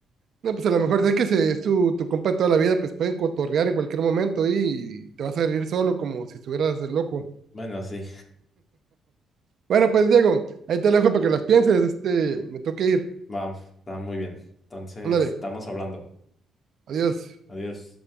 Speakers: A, on the right; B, on the left.
A: no, pues a lo mejor si es que se- es tu, tu compa toda la vida, pues pueden cotorrear en cualquier momento y te vas a reír solo como si estuvieras eh, loco.
B: Bueno, sí,
A: Bueno, pues Diego, ahí te lo dejo para que las pienses. Este, me toca ir.
B: va, está muy bien. Entonces,
A: Ándale,
B: estamos hablando.
A: adiós.
B: Adiós.